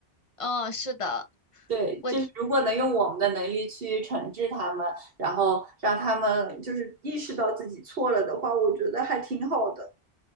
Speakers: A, on the left (about 35°); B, on the right (about 60°).
A: 嗯，是的，
B: 对，
A: 我
B: 就是如果能用我们的能力去惩治他们，然后让他们就是意识到自己错了的话，我觉得还挺好的。